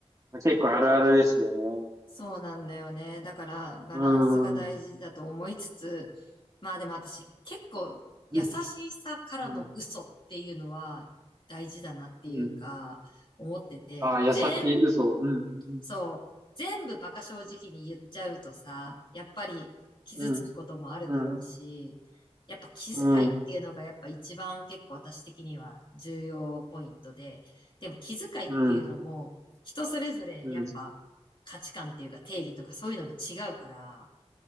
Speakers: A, on the right (about 30°); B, on the left (about 45°).
A: 結構あるあるですよね。
B: そうなんだよね。だから、バランスが大事だと思いつつ、
A: うーん。
B: まあでも私、結構、優しさからの嘘っていうのは大事だなっていうか、
A: うん。うん。うん。
B: 思ってて、
A: ああ、矢先嘘。
B: 全、
A: うん。う
B: そう。全部バカ正直に言っちゃうとさ、やっぱり傷つくこともあるだろうし、
A: ん。うん。
B: やっぱ気遣いっていうのがやっぱ一番結構私的には重要ポイントで、
A: うん。うん。
B: でも気遣いっていうのも人それぞれやっぱ価値観っていうか定義とかそういうのも違うから、
A: うん。うん。